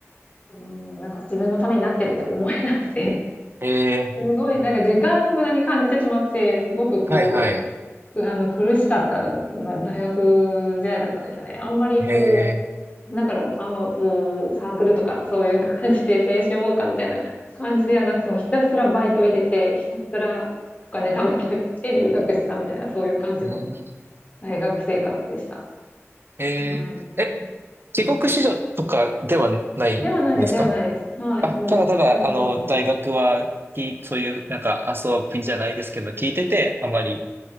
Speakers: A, on the left; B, on the right.
A: う、うん、なんか自分のためになってるって思えなくて、
B: え
A: <laughs> すごいなんか時間の無駄に感じてしまって、すごくこ
B: ー、はいはい。
A: う、あの苦しかった、まあ、大学時代だったんですよね。あんまりこ
B: え
A: う、だから、あの、こう、サークルとか、そういう感じで、青春謳歌みたいな感じではなくても、ひたすらバイト入れて、ひたすらお金貯めて、で、留学したみたいな、そういう感じの
B: ー、うん、
A: 大学生活でした。
B: えー、
A: はい。
B: え、帰国子女とかではないですか
A: うん。ではないです、ではないです。はい。
B: あ、
A: うん。
B: ただただ、
A: 普通にこっちの。
B: あの、大学は、きそういう、なんか遊びじゃないですけど、聞いてて、あまり